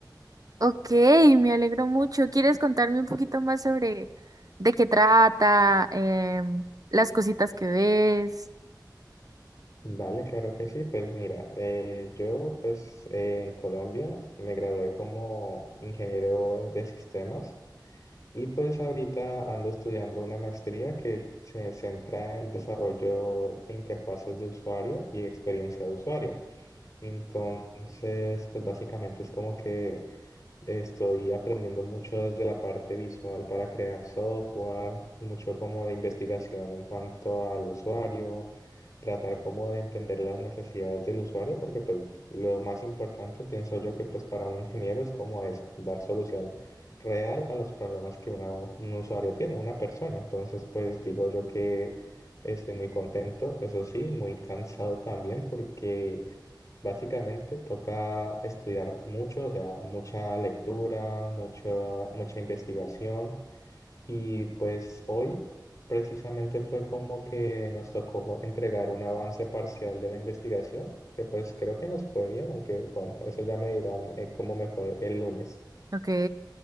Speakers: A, on the right; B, on the left.
A: Ok, me alegro mucho. ¿Quieres contarme un poquito más sobre de qué trata, em, las cositas que ves?
B: Vale, claro que sí. Pues mira, eh, yo pues eh, en Colombia me gradué como ingeniero eh, de sistemas y pues ahorita ando estudiando una maestría que se centra en desarrollo de interfaces de usuario y experiencia de usuario. Entonces, pues básicamente es como que Estoy aprendiendo mucho desde la parte visual para crear software, mucho como de investigación en cuanto al usuario, tratar como de entender las necesidades del usuario, porque pues lo más importante pienso yo que pues para un ingeniero es como eso, dar solución real a los problemas que una- un usuario tiene, una persona. Entonces pues digo yo que estoy muy contento, eso sí, muy cansado también porque... Básicamente toca estudiar mucho, o sea, mucha lectura, mucho, mucha investigación. Y pues hoy precisamente fue como que nos tocó entregar un avance parcial de la investigación, que pues creo que nos fue bien, aunque bueno, eso ya me dirán eh, cómo me fue el lunes.
A: Ok.